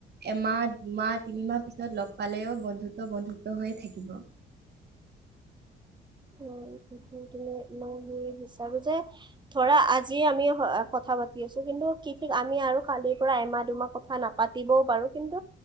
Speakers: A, on the right; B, on the right.
A: এমাহ, দুমাহ, তিনিমাহ পিছত লগ পালেও বন্ধুত্ব, বন্ধুত্ব হৈয়ে থাকিব।
B: অ <unintelligible> তুমি মই সেই বিচাৰো যে ধৰা আজ যি আমি কথা পাতি আছো কিন্তু কি ঠিক আমি আৰু কালিৰ পৰা এমাহ দুমাহ কথা নাপাতিবও পাৰো কিন্ত